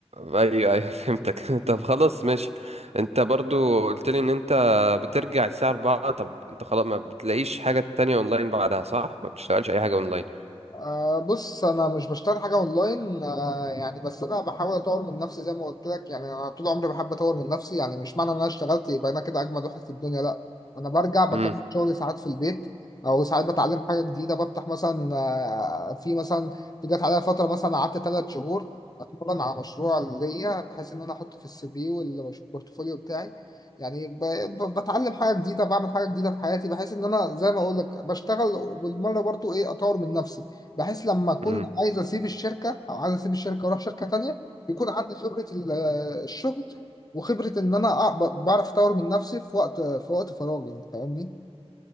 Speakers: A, on the right (about 75°); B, on the left (about 35°).
A: ايوه ايوه <laughs> فهمتك طب خلاص ماشي انت برضو قلت لي ان انت بترجع الساعة 4 طب انت خلاص ما بتلاقيش حاجة تانية اونلاين بعدها صح ما بتشتغلش اي حاجة اونلاين
B: أه بص انا مش بشتغل حاجه اونلاين أه يعني بس انا بحاول اطور من نفسي زي ما قلت لك يعني انا طول عمري بحب اطور من نفسي يعني مش معنى ان انا اشتغلت يبقى انا كده اجمد واحد في الدنيا لا انا برجع بكمل
A: امم
B: شغلي ساعات في البيت او ساعات بتعلم حاجه جديده بفتح مثلا أه في مثلا جت عليا فتره مثلا قعدت ثلاث شهور اتمرن على مشروع ليا بحيث ان انا احطه في السي في والبورتفوليو بتاعي يعني ب- ب- بتعلم حاجه جديده بعمل حاجه جديده في حياتي بحيث ان انا زي ما اقول لك بشتغل وبالمره برضو ايه اطور من نفسي بحيث لما اكون
A: امم
B: عايز اسيب الشركه او عايز اسيب الشركه واروح شركه تانية يكون عندي خبره ال- آه، الشغل وخبره ان انا أع- بعرف اطور من نفسي في وقت في وقت فراغي انت فاهمني؟